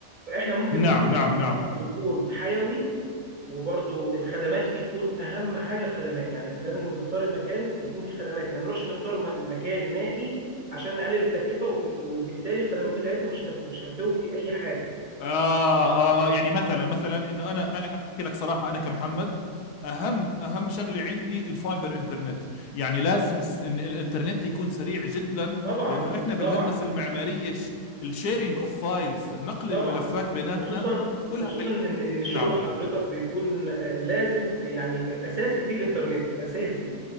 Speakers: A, on the right; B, on the left.
A: فاحنا ممكن
B: نعم
A: نختار
B: نعم
A: مكان
B: نعم
A: تاني يكون حيوي وبرضو الخدمات فيه تكون اهم حاجه الخدمات يعني لازم نختار المكان يكون فيه خدمات ما نروحش نختار م- مكان نائي عشان نقلل التكلفه وفي ال- وبالتالي الخدمات بتاعتنا مش هت... مش هتوفي اي حاجه
B: آه, آه, آه يعني مثلا مثلا انه انا انا أنا احكي لك صراحه انا كمحمد اهم اهم شغله عندي الفايبر انترنت يعني لازم الس- إن الانترنت يكون سريع جدا
A: طبعا
B: لانه احنا بالهندسه
A: طبعا
B: المعماريه الشيرنج اوف فايلز نقل
A: طبعا
B: الملفات بيناتنا
A: خصوصا
B: كلها
A: خصوصا
B: بال...
A: ان ان
B: نعم
A: شغل حضرتك بيكون آه، لازم يعني اساسي فيه الانترنت اساسي